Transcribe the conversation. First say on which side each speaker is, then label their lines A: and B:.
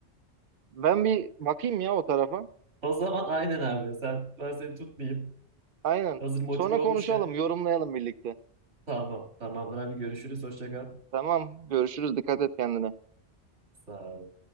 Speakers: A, on the right; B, on the right.
A: ben bir bakayım ya o tarafa.
B: O zaman aynen abi. Sen ben seni tutmayayım.
A: Aynen.
B: Hazır motive
A: Sonra
B: olmuşken.
A: konuşalım, yorumlayalım birlikte.
B: Tamam. Tamamdır abi görüşürüz. Hoşça kal.
A: Tamam, görüşürüz. Dikkat et kendine.
B: Sağ ol.